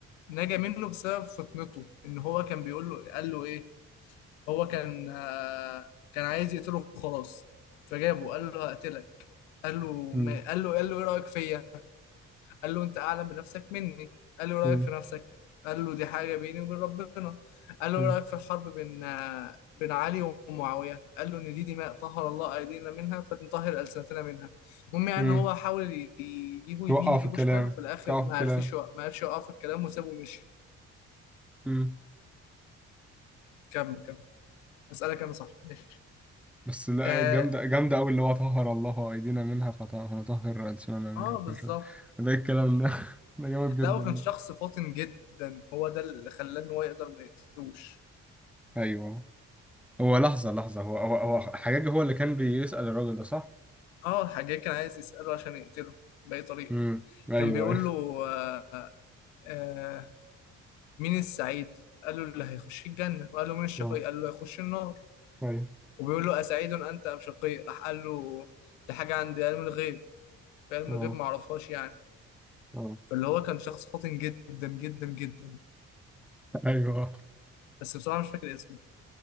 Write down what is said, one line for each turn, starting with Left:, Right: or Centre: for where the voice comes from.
Left: نجا منه بسبب فطنته ان هو كان بيقول له قال له ايه هو كان آه، كان عايز يقتله وخلاص فجابه قال له هقتلك قال له
Centre: مم.
Left: ما قال له قال له ايه رأيك فيا قال له انت اعلم بنفسك مني قال له رايك
Centre: مم.
Left: في نفسك قال له دي حاجه بيني وبين ربنا قال له
Centre: مم.
Left: رايك في الحرب بين آه، بين علي ومعاويه قال له ان دي دماء طهر الله ايدينا منها فنطهر السنتنا منها المهم يعني
Centre: مم.
Left: ان هو حاول ي- يجيبه
Centre: وقعوا
Left: يمين يجيبه
Centre: في الكلام
Left: شمال وفي الاخر
Centre: وقعوا
Left: ما
Centre: في الكلام
Left: عرفش يوق- ما عرفش يوقف الكلام وسابه ومشي
Centre: مم.
Left: كمل كمل اسالك انا صح ماشي
Centre: بس لا
Left: اه,
Centre: جامدة جامدة أوي اللي هو طهر الله أيدينا منها فنطهر ألسننا منها
Left: آه
Centre: وكده
Left: بالظبط
Centre: شوية. ده الكلام ده <laughs> ده جامد جدا
Left: لا هو كان شخص
Centre: ده
Left: فاطن جدا هو ده اللي خلاه ان هو يقدر ما يقتلوش
Centre: أيوه هو لحظة لحظة هو هو هو حجاج هو اللي كان بيسأل الراجل ده صح؟
Left: اه الحاج كان عايز يساله عشان يقتله باي طريقه
Centre: امم أيوه
Left: كان بيقول
Centre: أيوه
Left: له آه، آه، مين السعيد؟ قال له اللي هيخش الجنة وقال له مين
Centre: <laughs>
Left: الشقي؟
Centre: اه
Left: قال له هيخش النار
Centre: ايوه
Left: وبيقول له أسعيد أنت أم شقي؟ راح قال له ده حاجة عند علم الغيب في علم
Centre: اه
Left: الغيب معرفهاش يعني
Centre: اه
Left: فاللي هو كان شخص فاطن جدا جدا جدا
Centre: أيوه
Left: بس بصراحة مش فاكر اسمه